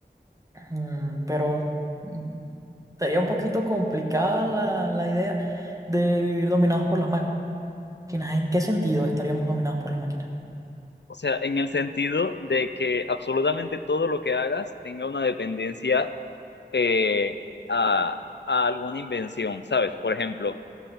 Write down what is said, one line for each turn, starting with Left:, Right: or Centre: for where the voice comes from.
Right: Mm, pero mm, sería un poquito complicada la, la idea de vivir dominados por las máquinas. ¿En qué sentido estaríamos dominados por las máquinas?
Left: O sea, en el sentido de que absolutamente todo lo que hagas tenga una dependencia eh, a, a alguna invención, ¿sabes? Por ejemplo,